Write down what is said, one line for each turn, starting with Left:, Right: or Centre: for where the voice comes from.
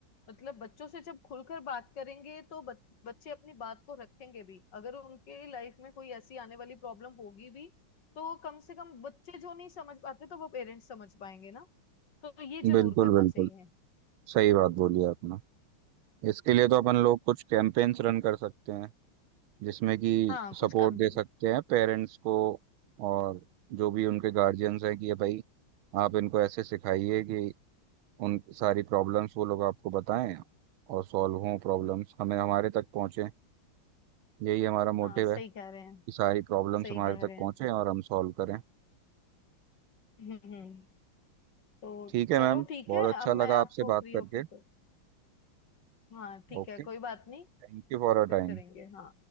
Left: मतलब बच्चों से जब खुलकर बात करेंगे तो बच, बच्चे अपनी बात को रखेंगे भी अगर उनके लाइफ में कोई ऐसी आने वाली प्रॉब्लम होगी भी तो कम से कम बच्चे जो नहीं समझ पाते तो वो पेरेंट्स समझ पाएंगे ना तो ये जरूर
Right: बिल्कुल
Left: करना
Right: बिल्कुल
Left: चाहिए
Right: सही बात बोली आपने इसके लिए तो अपन लोग कुछ कैंपेन्स रन कर सकते हैं जिसमें कि
Left: हाँ
Right: सपोर्ट
Left: कुछ कम
Right: दे सकते हैं पेरेंट्स को और जो भी उनके गार्जियंस हैं कि ये भाई आप इनको ऐसे सिखाइए कि उन सारी प्रॉब्लम्स वो लोग आपको बताएं और सॉल्व हों प्रॉब्लम्स हमें हमारे तक पहुंचे यही हमारा मोटिव
Left: हाँ सही
Right: है
Left: कह रहे हैं
Right: कि सारी प्रॉब्लम्स
Left: सही
Right: हमारे
Left: कह
Right: तक
Left: रहे हैं
Right: पहुंचे और हम सॉल्व करें
Left: हम्म हम्म। तो
Right: ठीक है
Left: चलो
Right: मैम
Left: ठीक
Right: बहुत
Left: है
Right: अच्छा
Left: अब मैं
Right: लगा
Left: आपको
Right: आपसे बात
Left: फ्री
Right: करके
Left: होके कर हाँ ठीक
Right: Okay
Left: है कोई बात नहीं
Right: thank you for
Left: तो
Right: a
Left: फिर
Right: time
Left: करेंगे हाँ